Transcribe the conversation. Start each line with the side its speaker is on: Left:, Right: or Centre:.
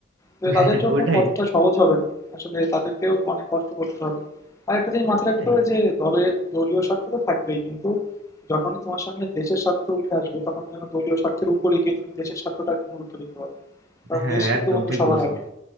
Left: তো
Right: হ্যাঁ
Left: তাদের জন্য
Right: ওইটাই
Left: পথটা সহজ হবে না আসলে তাদেরকেও অনেক কষ্ট করতে হবে আর একটা জিনিস মাথায় রাখতে
Right: এটাই
Left: হবে যে দলের দলীয় স্বার্থ তো থাকবেই কিন্তু যখনই তোমার সামনে দেশের স্বার্থ উঠে আসবে তখন যেন দলীয় স্বার্থের উপরে গিয়ে তুমি দেশের স্বার্থটাকে গুরুত্ব দিতে পারো কারণ
Right: হ্যাঁ
Left: দেশ কিন্তু
Right: একদম
Left: বন্ধু
Right: ঠিক
Left: সবার
Right: বলছো
Left: আগে